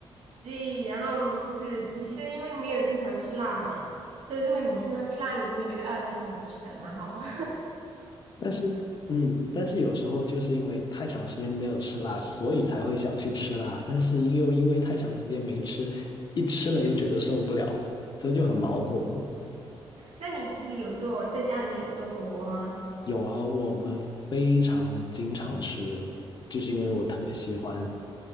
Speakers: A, on the right; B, on the left.
A: 对，然后就是你是因为没有经常吃辣的嘛，所以如果你经常吃辣，你就会觉得啊，挺好吃的，蛮好。<laughs>
B: 但是，嗯，但是有时候就是因为太长时间没有吃辣，所以才会想去吃辣。但是因又因为太长时间没吃，一吃了又觉得受不了，所以就很矛盾。
A: 那你自己有做，在家里面有做火锅吗？
B: 有啊，我们非常经常吃，就是因为我特别喜欢，